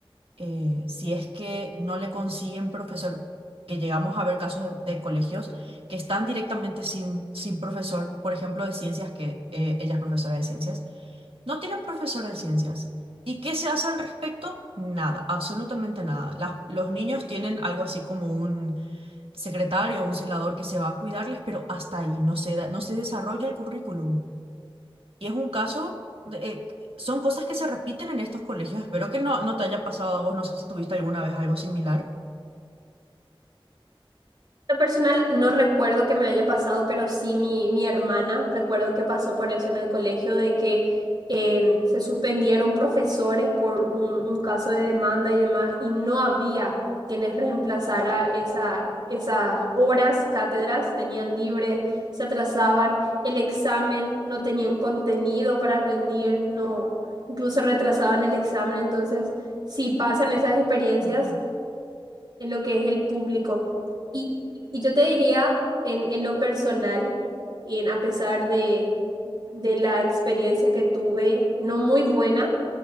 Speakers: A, on the right; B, on the right.
A: eh, si es que no le consiguen profesor, que llegamos a ver casos de, de colegios que están directamente sin, sin profesor, por ejemplo, de ciencias, que eh, ella es profesora de ciencias, no tienen profesor de ciencias. ¿Y qué se hace al respecto? Nada, absolutamente nada. Las- los niños tienen algo así como un secretario o un celador que se va a cuidarles, pero hasta ahí no se da- no se desarrolla el currículum. Y es un caso, de- eh, son cosas que se repiten en estos colegios. Espero que no, no te haya pasado a vos, no sé si tuviste alguna vez algo similar.
B: lo personal no recuerdo que me haya pasado, pero sí mi, mi hermana recuerdo que pasó por eso en el colegio, de que eh, se suspendieron profesores por un, un caso de demanda y demás, y no había quienes reemplazara esa, esas horas, cátedras, tenían libre, se atrasaban, el examen, no tenían contenido para rendir, no, incluso retrasaban el examen, entonces si pasan esas experiencias
A: Ujú,
B: en lo que es el público. Y, y yo te diría, en, en lo personal, y en, a pesar de, de la experiencia que tuve, no muy buena,